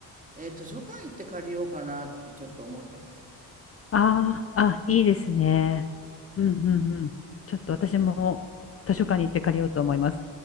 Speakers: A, on the right (about 20°); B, on the left (about 40°).
A: えー図書館行って借りようかなってちょっと思ってます。
B: ああ、あ、いいですね。うんうんうん。ちょっと私も図書館に行って借りようと思います。